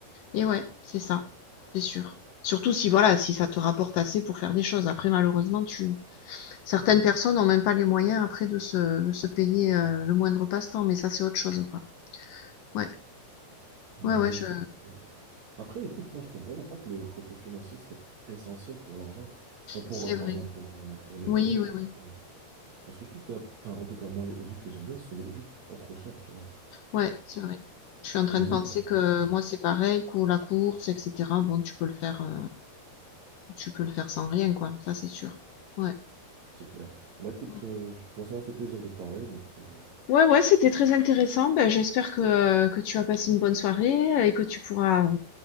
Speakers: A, on the left; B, on the right.
A: Et ouais, c'est ça, c'est sûr. Surtout si voilà, si ça te rapporte assez pour faire des choses. Après, malheureusement, tu certaines personnes n'ont même pas les moyens après de se, de se payer euh, le moindre passe-temps, mais ça c'est autre chose, quoi. Ouais,
B: Bah
A: ouais, ouais,
B: oui,
A: je...
B: écoute. Après, écoute, moi, je trouve vraiment pas que le côté financier, c'est essentiel pour l'argent. Euh, pour,
A: c'est
B: euh,
A: vrai.
B: pardon, pour, euh, pour les
A: Oui,
B: hobbies, parce
A: oui, oui.
B: que, parce que je trouve que, la- enfin, en tout cas, moi, les hobbies que j'aime bien, ce sont des hobbies qui coûtent pas trop cher, tu vois.
A: Ouais, c'est vrai. Je suis en
B: La
A: train
B: musique,
A: de penser
B: je la fais
A: que
B: avec lui,
A: moi c'est pareil, cou- la course, etc. Bon, tu peux le faire, euh, tu peux le faire sans rien, quoi. Ça c'est sûr. Ouais.
B: c'est clair. Bah écoute,
A: Mm.
B: euh, moi ça m'a fait plaisir de te parler, donc euh,
A: Ouais, ouais, c'était très intéressant. Ben, j'espère que, euh, que tu as passé une bonne soirée et que tu pourras